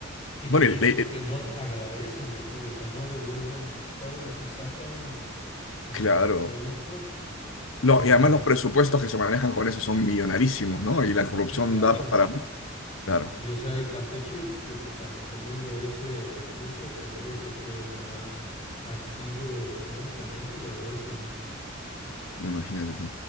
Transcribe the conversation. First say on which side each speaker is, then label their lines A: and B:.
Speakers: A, on the left; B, on the left.
A: y pues
B: Bueno,
A: yo
B: y-
A: siento
B: y-
A: que no agradecen del todo, o sea, no devuelven todo lo que sacan eh,
B: Claro.
A: del producto
B: No,
A: en...
B: y además los presupuestos que se manejan con eso son millonarísimos, ¿no? Y la corrupción
A: Y claro,
B: da para... Claro,
A: y o sea, y Campeche, cu- o sea, teniendo ese recurso tendría que ser más activo económicamente y la verdad es que no.
B: imagínate tú.